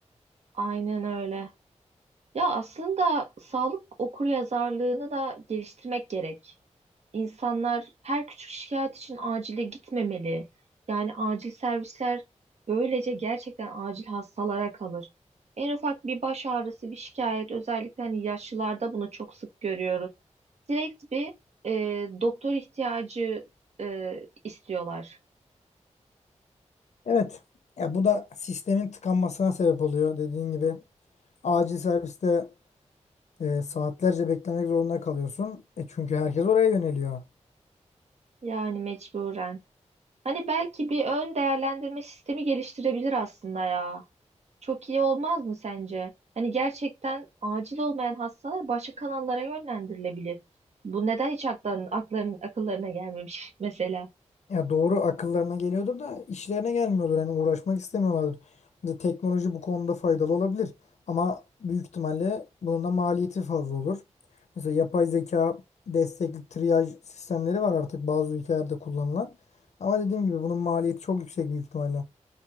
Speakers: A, on the right; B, on the left.
A: Aynen öyle. Ya aslında sağlık okuryazarlığını da geliştirmek gerek. İnsanlar her küçük şikayet için acile gitmemeli. Yani acil servisler böylece gerçekten acil hastalara kalır. En ufak bir baş ağrısı, bir şikayet özellikle hani yaşlılarda bunu çok sık görüyoruz. Direkt bir e, doktor ihtiyacı e, istiyorlar.
B: Evet. Ya bu da sistemin tıkanmasına sebep oluyor. Dediğin gibi acil serviste e, saatlerce beklemek zorunda kalıyorsun. E çünkü herkes oraya yöneliyor.
A: Yani mecburen. Hani belki bir ön değerlendirme sistemi geliştirebilir aslında ya. Çok iyi olmaz mı sence? Hani gerçekten acil olmayan hastalar başka kanallara yönlendirilebilir. Bu neden hiç akların, akların, akıllarına gelmemiş <laughs> mesela?
B: Ya doğru akıllarına geliyordur da işlerine gelmiyordur. Hani uğraşmak istemiyorlardır. Şimdi teknoloji bu konuda faydalı olabilir. Ama büyük ihtimalle bunun da maliyeti fazla olur. Mesela yapay zeka destekli triyaj sistemleri var artık bazı ülkelerde kullanılan. Ama dediğim gibi bunun maliyeti çok yüksek büyük ihtimalle.